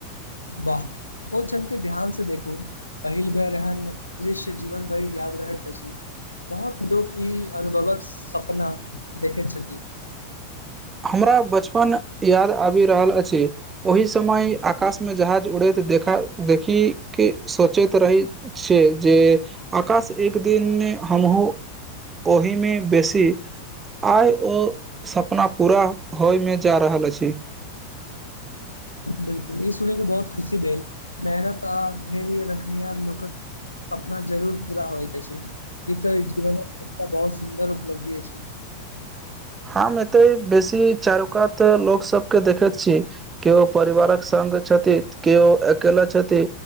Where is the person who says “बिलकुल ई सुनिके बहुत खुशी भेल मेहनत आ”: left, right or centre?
Left